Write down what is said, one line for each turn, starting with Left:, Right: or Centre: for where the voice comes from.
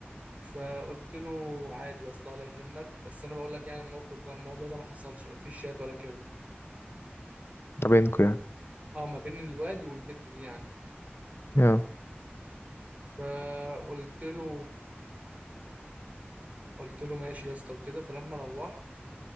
Right: فقلت له عادي يا اسطى ولا يهمك بس انا بقول لك يعني الموقف ده الموضوع ده ما حصلش ما فيش شات ولا كده
Left: ده بينكوا يعني
Right: اه ما بين الواد والبت دي يعني
Left: اه
Right: فقلت له قلت له ماشي يا اسطى وكده فلما روحت